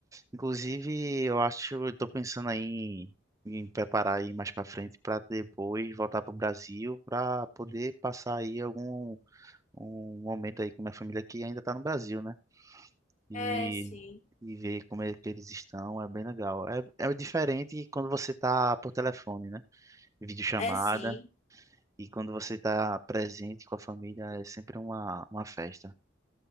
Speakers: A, on the right (about 15°); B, on the left (about 35°).
A: Inclusive, eu acho, eu tô pensando aí em, em preparar aí mais para frente para depois voltar para o Brasil para poder passar aí algum um momento aí com minha família que ainda tá no Brasil, né? E
B: É sim,
A: e ver como é que eles estão, é bem legal. É, é diferente quando você tá por telefone, né? Videochamada.
B: é sim.
A: E quando você está presente com a família, é sempre uma, uma festa.